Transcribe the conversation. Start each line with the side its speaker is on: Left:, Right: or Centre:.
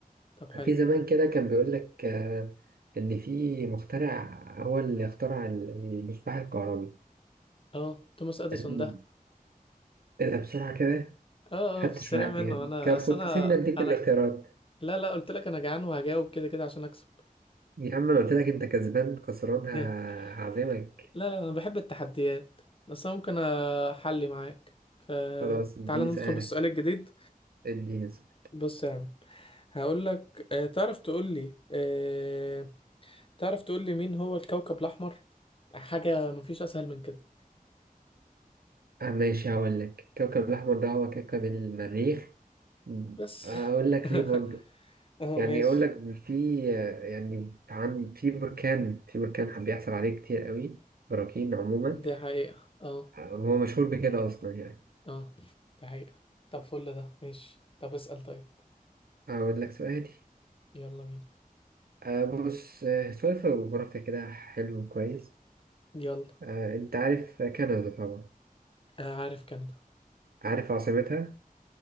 Left: طب حلو
Right: في زمان كده كان بيقول لك آه، ان في مخترع هو اللي اخترع المصباح الكهربي
Left: اه توماس اديسون
Right: أنا
Left: ده
Right: بصراحة كده
Left: اه
Right: فتش
Left: اه في السريع
Right: معاك
Left: منه
Right: يعني
Left: انا
Right: كان
Left: اصل
Right: كنت
Left: انا
Right: سيبنا اديك
Left: انا
Right: الاختيارات
Left: لا لا قلت لك انا جعان وهجاوب كده كده عشان اكسب
Right: يا عم انا قلت لك انت كسبان خسران ه-
Left: <laughs>
Right: هعزمك
Left: لا لا انا بحب التحديات بس انا ممكن احلي معاك فتعالى
Right: خلاص اديني
Left: ندخل
Right: اسألك
Left: بالسؤال الجديد
Right: اديني اسألك
Left: بص يا عم هقول لك آه، تعرف تقول لي آه، تعرف تقول لي مين هو الكوكب الاحمر حاجه مفيش اسهل من كده
Right: آه ماشي هقول لك كوكب الأحمر ده هو كوكب المريخ م.
Left: بس
Right: أقول لك
Left: <laughs>
Right: ليه برضو
Left: اه
Right: يعني
Left: ماشي
Right: أقول لك في يعني عن في بركان في بركان بيحصل عليه كتير قوي براكين عموما
Left: دي حقيقه اه
Right: آه، هو مشهور بكده أصلا يعني
Left: اه دي حقيقه طب فل ده ماشي طب اسال طيب
Right: أقول لك سؤالي
Left: يلا بينا
Right: آه بص آه سؤال في الجغرافيا كده حلو كويس
Left: يلا
Right: آه أنت عارف كندا طبعا
Left: آه، عارف كندا
Right: عارف عاصمتها